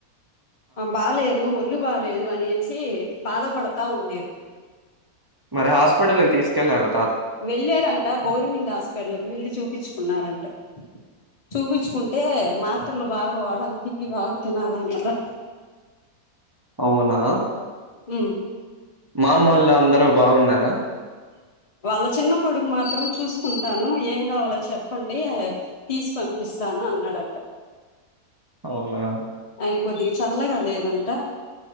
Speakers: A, on the left; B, on the right.
A: ఆ బాలేదు ఒళ్ళు బాలేేదు అనేసి బాధపడతా ఉన్నేరు
B: మరి హాస్పిటల్ తీసుకెల్లారా
A: వెళ్ళారంట గోరుమెంట్ హాస్పిటల్కి వెళ్ళి చూపించుకున్నారంట చూపించుకుంటే మాత్రలు బాగా వాడాలి తిండి బాగా తినాలన్నారు
B: అవునా
A: అ
B: మామ్మళ్ళు అందరూ బాగున్నారా
A: వాళ్ళ చిన్న కొడుకు మాత్రం చూసుకుంటాను ఏం కావాలో చెప్పండి తీసి పంపిస్తా తాను అన్నాడంట
B: అవునా
A: ఆయన కొద్దిగా చల్లగా లేదంట